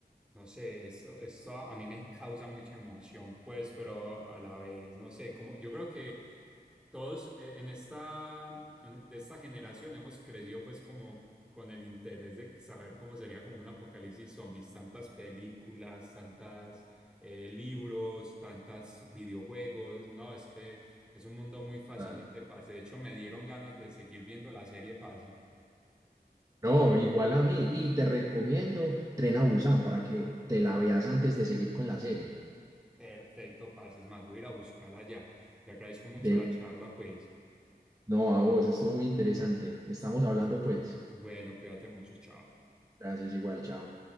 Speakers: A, in the centre; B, on the right (about 20°).
A: no sé, esto, esto a, a mí me causa mucha emoción, pues, pero a la vez, no sé, como yo creo que todos eh, en esta, en- de esta generación hemos crecido, pues, como con el interés de saber cómo sería como un apocalipsis zombies, tantas películas, tantas eh, libros, tantas videojuegos. No, es que es un mundo muy fascinante,
B: Dale.
A: parce. De hecho, me dieron ganas de seguir viendo la serie, parce.
B: No, igual a mí. Y te recomiendo Tren a Busan para que te la veas antes de seguir con la serie.
A: Perfecto, parce. Es más, voy a ir a buscarla ya. Te agradezco mucho
B: De...
A: la charla, pues.
B: No, a vos, estuvo muy interesante. Estamos hablando pues.
A: Bueno, cuídate mucho, chao.
B: Gracias, igual, chao.